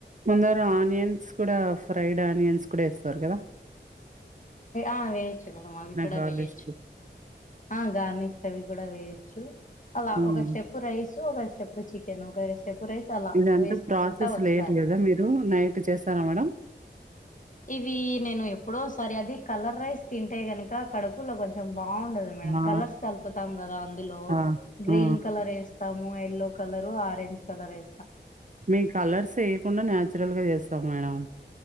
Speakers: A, on the right; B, on the left.
A: ముందర ఆనియన్స్ కూడా ఫ్రైడ్ ఆనియన్స్ కూడా ఎస్తారు కదా
B: ఆ వేయచ్చు మేడం అవి కూడా
A: గార్నిష్‌కి.
B: వేయచ్చు ఆ గార్నిష్ అవి కూడా వేయొచ్చు అలా
A: హ్మ్.
B: ఒక స్టెప్ రైస్ ఒక స్టెప్ చికెను ఒక స్టెప్ రైస్ అలా
A: ఇదంతా
B: వేసుకుంటా
A: ప్రాసెస్
B: వస్తారు
A: లేట్ కదా మీరు నైట్ చేస్తారా మేడం
B: ఇవి నేను ఎప్పుడో ఓసారి అది కలర్ రైస్ తింటే గనుక కడుపులో కొంచెం బాగుండదు మేడం
A: ఆ!
B: కలర్స్ కలుపుతాం కదా అందులో
A: ఆ!
B: గ్రీన్
A: ఆ!
B: కలర్ ఏ స్తాము ఎల్లో కలర్ ఆరెంజ్ కలర్ ఏ
A: మేం కలర్స్ ఏయ్యకుండా న్యాచురల్గా చేస్తాం మేడం